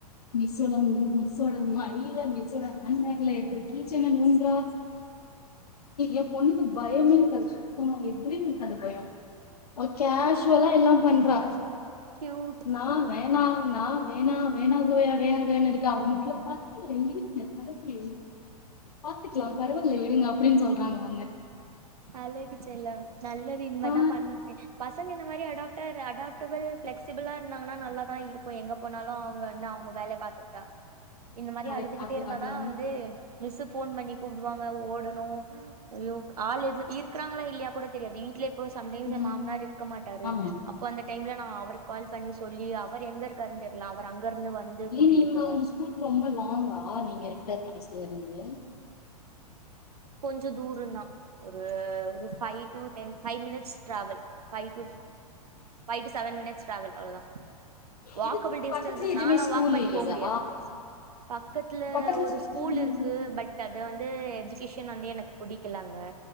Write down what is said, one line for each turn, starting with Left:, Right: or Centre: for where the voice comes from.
Left: மிஸ் சோட மிஸ்சோட மடில ஹண்ட்பேக்ல இருக்க கீச்செயின் அ நொன்றா என் பொண்ணுக்கு பயமே இருக்காது சுத்தம் எதுலயும் இருக்காது பயம் கேஷவலா எல்லாம் பண்றா
Right: கியூட்
Left: நான் வே அன்னா நான் வேணா வேணா சோயா வேணானத்துக்கு அவ மிஸ் பார்த்து பாத்துக்கலாம் பரவாயில்ல விடுங்க அப்படின்னு சொல்றாங்க அவங்க
Right: அலச் லாம் நல்லது இனிமேதான்
Left: ஆ
Right: பண்ணனும் இந்த மாதிரி அடாப்ட அடாப்டபிள் பிளெக்சிபிளா இருந்தங்கன்னா நல்லா தான் இருக்கும் எங்க போனாலும் அவங்க வந்து அவங்க வேலை பாத்துட்டா இந்த மாதிரி
Left: கரெக்ட்
Right: அழுதுகிட்டே
Left: அது
Right: இருந்தா
Left: அது
Right: தான் வந்து மிஸ் போன் பண்ணி கூப்பிடுவாங்க ஓடு னும் அய்யோ ஆளது இ இருக்கறாங்களா இல்லையா கூட தெரியாது வீட்ல இப்போ சம்டைம்
Left: ம்
Right: மாமனார் இருக்க மாட்டாரு
Left: ஆமா
Right: அப்ப அந்த டைம்ல நான் அவருக்கு கால் பண்ண சொல்லி அவர் எங்க இருக்கருனு தெர்ல அவர் அங்க இருந்து வந்து கூட்டிட்டு
Left: நீங்க
Right: போனு
Left: உங்க ஸ்கூல் ரொம்ப லாங்கா நீங்க இருக்க பிலேஸ்ல இருந்து
Right: கொஞ்சம் தூரந்தான் ஒரு ஒரு five to ten five minutes travel five to seven மினிட்ஸீ ட்ராவல்அவ்வேளதான் டிஸ்டன்ஸ் வாக்கபில்
Left: இது
Right: டிஸ்டன்ஸ்
Left: பக்கத்துல எதுவுமே ஸ்கூல்
Right: வாக் பண்ணி
Left: இல்லையா
Right: போக முடியாது பக்கத்துல
Left: பக்கத்துல
Right: ஒரு
Left: ஸ்கூல்
Right: ஸ்கூல்இருக்கு பட் வந்து எஜிகேஷன் வந்து எனக்கு புடிக்கல அங்க